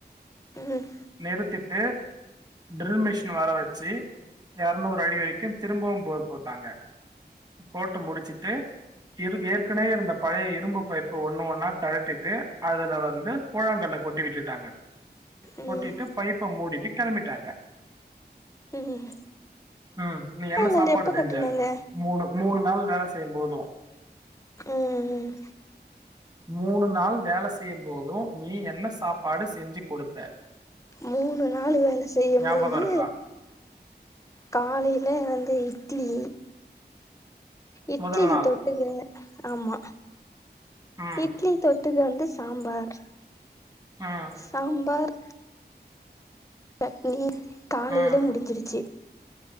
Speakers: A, on the left; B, on the right.
A: ம்
B: நிறுத்திட்டு ட்ரில் மிஷின வர வெச்சு எரநூறு அடி வரைக்கு திரும்பவும் போர் போட்டாங்க போட்டு முடுச்சிட்டு இரு ஏற்கனவே இருந்த பழைய இரும்பு பைப்பு ஒண்ணு ஒன்னா கழட்டிட்டு அதுல வந்து கூழாங்கல்ல கொட்டி விட்டுட்டாங்க
A: ம்
B: கொட்டிட்டு பைப்ப மூடிட்டு கெளம்பிட்டாங்க
A: ம்
B: ம் நீ என்ன
A: நாங்கள்
B: சாப்பாடு
A: எப்ப கட்டுனாங்க
B: செஞ்ச மூணு மூணு நாள் வேல செய்யும் போது
A: ம்
B: மூணு நாள் வேலஸ் செய்யும் போது நீ என்ன சாப்பாடு செஞ்சு குடுத்த
A: மூணு நாள் வேல செய்யும்
B: ஞாபகம்
A: பொழுது
B: இருக்கா
A: காலையில வந்து இட் இட்லி இட்லிக்கு
B: முதல் நாள்
A: தொட்டுக்க ஆமா
B: ம்
A: இட்லி தொட் தொட்டுக்க வந்து சாம்பார்
B: ம்
A: சாம்பார் சட்னி காலையில
B: ம்
A: முடிஞ்சிருச்சு